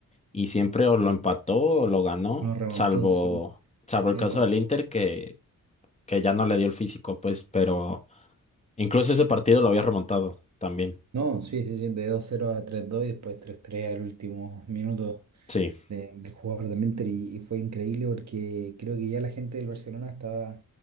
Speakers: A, on the left; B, on the right.
A: y siempre o lo empató o lo ganó,
B: Nos remontó,
A: salvo,
B: sí.
A: salvo el
B: Eh,
A: caso
B: con-
A: del Inter que que ya no le dio el físico, pues, pero incluso ese partido lo había remontado también.
B: No, sí, sí, sí, de dos cero a tres dos y después tres tres al último minuto
A: Sí,
B: de- del jugador de Inter y, y fue increíble porque creo que ya la gente del Barcelona estaba